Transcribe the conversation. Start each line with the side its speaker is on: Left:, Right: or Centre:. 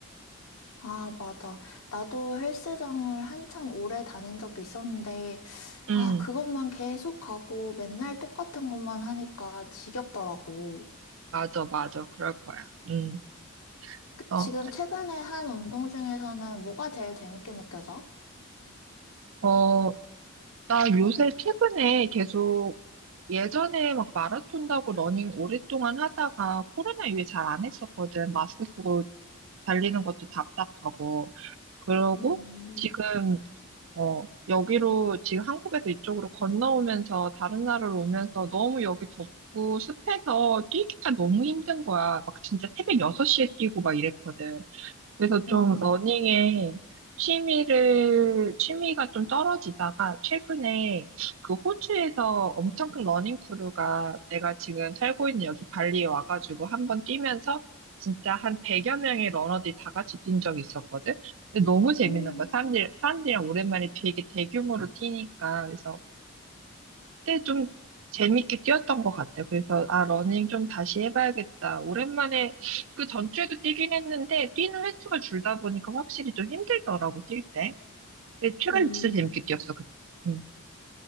Left: 아, 맞아. 나도 헬스장을 한참 오래 다닌 적이 있었는데, 아,
Right: 음,
Left: 그것만 계속 가고 맨날 똑같은 것만 하니까 지겹더라고.
Right: 맞아, 맞아. 그럴 거야. 음,
Left: 그-
Right: 어,
Left: 지금 최근에 한 운동 중에서는 뭐가 제일 재밌게 느껴져?
Right: 어, 나 요새 최근에 계속 예전에 막 마라톤 다고 러닝 오랫동안 하다가 코로나 이후에 잘 안 했었거든. 마스크 쓰고 달리는 것도 답답하고. 그러고
Left: 음,
Right: 지금 어 여기로 지금 한국에서 이쪽으로 건너오면서 다른 나라로 오면서 너무 여기 덥고 습해서 뛰기가 너무 힘든 거야. 막 진짜 새벽 6시에 뛰고 막 이랬거든. 그래서 좀
Left: 응, 응.
Right: 러닝에 취미를, 취미가 좀 떨어지다가 최근에 그 호주에서 엄청 큰 러닝 크루가 내가 지금 살고 있는 여기 발리에 와가지고 한번 뛰면서 진짜 한 100여 명의 러너들이 다 같이 뛴 적이 있었거든? 근데 너무 재밌는
Left: 음,
Right: 거야. 사람들, 사람들이랑 오랜만에 되게 대규모로 뛰니까. 그래서 그때 좀 재밌게 뛰었던 것 같아. 그래서, 아, 러닝 좀 다시 해봐야겠다. 오랜만에, 그 전주에도 뛰긴 했는데, 뛰는 횟수가 줄다 보니까 확실히 좀 힘들더라고, 뛸 때. 근데 최근에
Left: 음,
Right: 진짜 재밌게 뛰었어, 그때. 응.